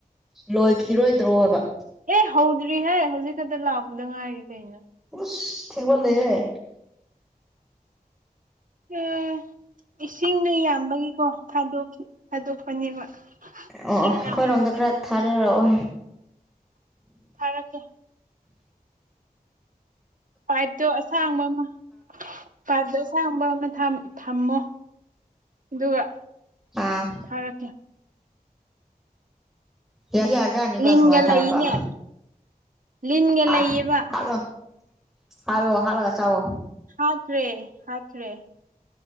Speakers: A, in the centre; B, on the right.
A: ꯂꯣꯏꯈꯤꯔꯣꯏꯗ꯭ꯔꯣꯕ꯫
B: ꯑꯦ ꯍꯧꯗ꯭ꯔꯤꯍꯦ ꯍꯧꯖꯤꯛ ꯈꯛꯇ ꯂꯥꯛꯄꯗ ꯉꯥꯏꯔꯤ ꯀꯩꯅꯣ꯫
A: ꯑꯁ ꯊꯦꯡꯃꯜꯂꯦꯍꯦ꯫
B: ꯑ ꯏꯁꯤꯡꯗꯣ ꯌꯥꯝꯕꯒꯤꯀꯣ ꯊꯥꯗꯣꯛꯈꯤ ꯊꯥꯗꯣꯛꯄꯅꯦꯕ꯫
A: ꯑꯣ
B: ꯁꯤ ꯉꯥꯏꯔꯤꯅꯦꯕ
A: ꯑꯩꯈꯣꯏꯔꯣꯝꯗ ꯈꯔ ꯊꯥꯔꯔꯛꯑꯣ꯫
B: ꯊꯥꯔꯛꯀꯦ꯫ ꯄꯥꯏꯞꯇꯣ ꯑꯁꯥꯡꯕ ꯑꯃ ꯄꯥꯏꯞꯇꯣ ꯑꯁꯥꯡꯕ ꯑꯃ ꯊꯝ ꯊꯝꯃꯣ꯫ ꯑꯗꯨꯒ
A: ꯑꯥ꯫
B: ꯊꯥꯔꯛꯀꯦ꯫
A: ꯌꯥꯗꯤ ꯌꯥꯖꯥꯠꯅꯤꯀꯣ
B: ꯂꯤꯟꯒ
A: ꯁꯨꯃꯥꯏꯅ ꯊꯥꯔꯛꯄ
B: ꯂꯩꯅꯦ ꯂꯤꯟꯒ ꯂꯩꯌꯦꯕ
A: ꯑꯥꯏ ꯍꯥꯠꯂꯣ꯫ ꯍꯥꯠꯂꯣ ꯍꯥꯠꯂꯒ ꯆꯥꯋꯣ꯫
B: ꯍꯥꯠꯈ꯭ꯔꯦ ꯍꯥꯠꯈ꯭ꯔꯦ꯫